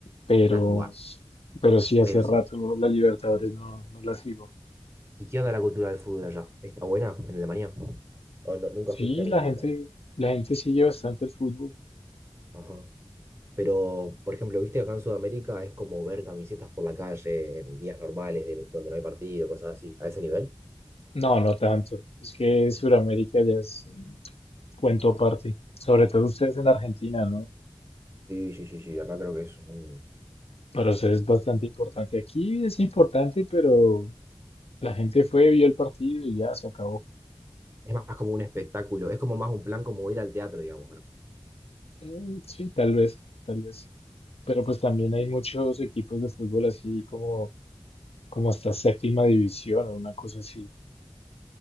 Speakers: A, on the left (about 85°); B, on the right (about 25°).
A: pero,
B: gran lugar.
A: s- pero sí hace
B: Pero
A: rato
B: sí.
A: las Libertadores no, no las sigo.
B: ¿Y qué onda la cultura del fútbol allá? ¿Está buena en Alemania? ¿O no- nunca
A: Sí,
B: fuiste al...
A: la gente, la gente sigue bastante el fútbol.
B: Ajá. Pero, por ejemplo, viste acá en Sudamérica es como ver camisetas por la calle en días normales de- donde no hay partido, cosas así, a ese nivel.
A: No, no tanto. Es que Sudamérica ya es un cuento aparte. Sobre todo ustedes en Argentina, ¿no?
B: Sí, sí, sí, sí, acá creo que es un...
A: Para ustedes es bastante importante. Aquí es importante, pero la gente fue, vio el partido y ya se acabó.
B: Es más como un espectáculo, es como más un plan como ir al teatro, digamos. ¿no?
A: Mm, sí, tal vez, tal vez. Pero pues también hay muchos equipos de fútbol así como, como hasta séptima división o una cosa así.